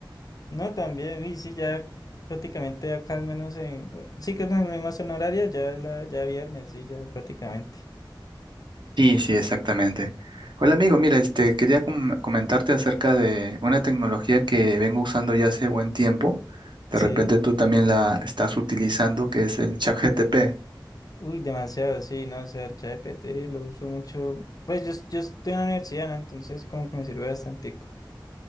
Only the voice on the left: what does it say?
No, también, y sí, ya prácticamente acá al menos en... Sí que es la misma zona horaria, ya, la, ya viernes, sí, ya prácticamente.
Sí.
Uy, demasiado, sí, no, o sea, el ChatGPT lo uso mucho. Pues yo, yo estoy en la universidad, ¿no? Entonces como que me sirve bastante.